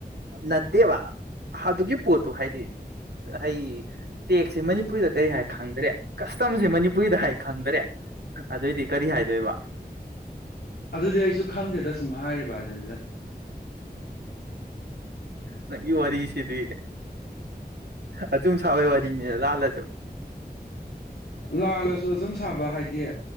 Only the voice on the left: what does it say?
ꯑꯗꯨꯗꯤ ꯑꯩꯁꯨ ꯈꯪꯗꯦꯗ ꯁꯨꯝ ꯍꯥꯏꯔꯤ ꯖꯅꯤꯗ
ꯂꯥꯜꯂꯁꯨ ꯑꯁꯨꯝ ꯁꯥꯕ ꯍꯥꯏꯗꯤ